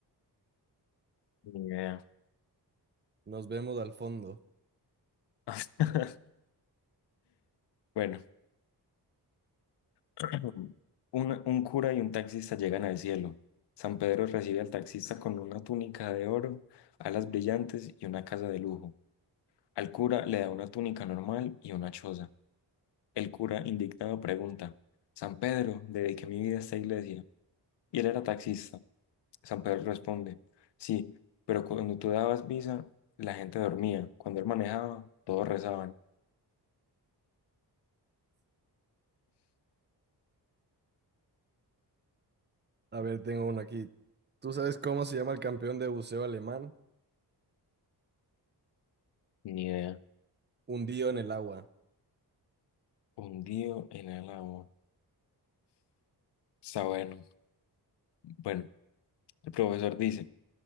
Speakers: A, on the left; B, on the right.
A: ni idea.
B: Nos vemos al fondo.
A: <laughs> Bueno, <clears throat> un, un cura y un taxista llegan al cielo. San Pedro recibe al taxista con una túnica de oro, alas brillantes y una casa de lujo. Al cura le da una túnica normal y una choza. El cura, indignado, pregunta, San Pedro, dediqué mi vida a esta iglesia. Y él era taxista. San Pedro responde, sí, pero cuando tú dabas misa, la gente dormía. Cuando él manejaba, todos rezaban.
B: A ver, tengo uno aquí. ¿Tú sabes cómo se llama el campeón de buceo alemán?
A: Ni idea.
B: Hundido en el agua.
A: Hundido en el agua. Está bueno. Bueno, el profesor dice,